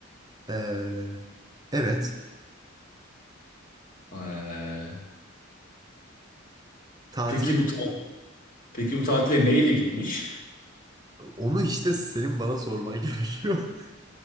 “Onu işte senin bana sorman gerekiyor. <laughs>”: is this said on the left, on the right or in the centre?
Right